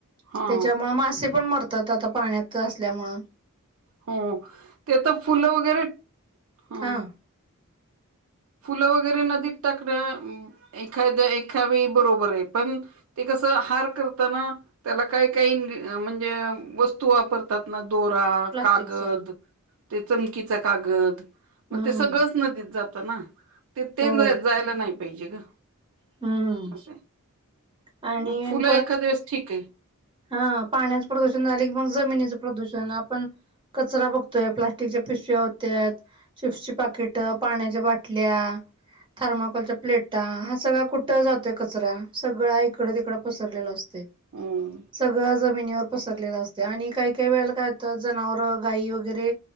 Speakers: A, on the right; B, on the right.
A: हा
B: त्याच्यामुळे मासे पण मर आता पाण्यात असल्यामुळ
A: हं ते तर फुलं वगैरे ह
B: हा
A: फुलं वगैरे नदीत टाकणं एखाद्या एखा वेळी बरोबर आहे पण ते घाण हार करत्या ना त्याला काही काही वस्तू वापरतात ना दोरा
B: प्लास्टिकच
A: कागद ते चमकीच कागद
B: हम्म
A: मग ते सगळंच नदीत जात ना. ते
B: हो
A: जायला नाही पाहिजे ग.
B: हम्म
A: असं
B: आणि
A: मग फुलं एखाद्या वेळेस ठीक आहे.
B: ह पाण्याचं प्रदूषण झाले की मग जमिनीचं प्रदूषण आपण कचरा बघतोय प्लास्टिकच्या पिशव्या होत्या चिप्सची पाकिट पाण्याच्या बाटल्या थर्माकोल च्या प्लेट का हा सगळा कुठे जातोय कचरा सगळा इकडे तिकडे पसरलेला असतेय.
A: हम्म.
B: सगळं जमिनीवर पसरलेलं असते आणि काही काही वेळेला काय होतं जनावरं गाई वगैरे